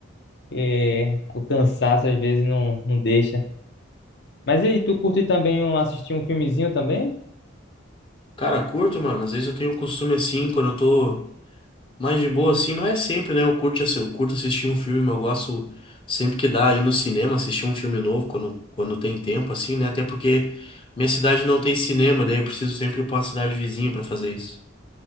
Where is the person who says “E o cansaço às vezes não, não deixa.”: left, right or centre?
Left